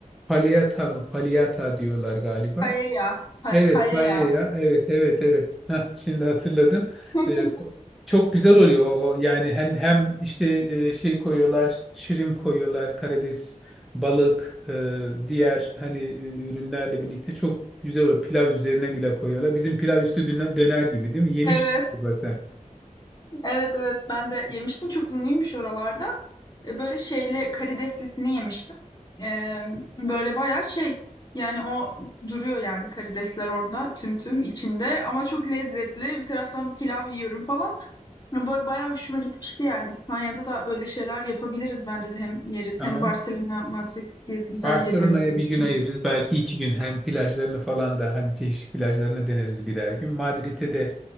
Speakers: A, in the centre; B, on the left (about 30°).
A: Paleyata mı? Paleyata diyorlar galiba.
B: paella, pa-
A: Evet,
B: paella.
A: ya. Evet, evet, evet. Heh, şimdi hatırladım.
B: <laughs>
A: Ee, çok güzel oluyor o. Yani hem hem işte e, şey koyuyorlar, şirin koyuyorlar, karides, balık, e, diğer hani e, ürünlerle birlikte çok güzel o pilav üzerine bile koyuyorlar. Bizim pilav üstü döner döner gibi değil mi? Yemiş
B: Evet,
A: galiba sen.
B: evet, evet. Ben de yemiştim. Çok ünlüymüş oralarda. E, Böyle şeyli karideslisini yemiştim. E, böyle bayağı şey yani o duruyor yani karidesler orada tüm tüm içinde ama çok lezzetli. Bir taraftan pilav yiyorum falan. E, Ba- Bayağı hoşuma gitmişti yani. İspanya'da da öyle şeyler yapabiliriz bence de hem yeriz
A: Tamam.
B: hem Barcelona, Madrid gez güzel
A: Barcelona'ya
B: gezeriz diye
A: bir
B: düşünüyorum.
A: gün ayırırız. Belki iki gün hem plajlarını falan da hani çeşitli plajlarını deneriz birer gün. Madrid'e de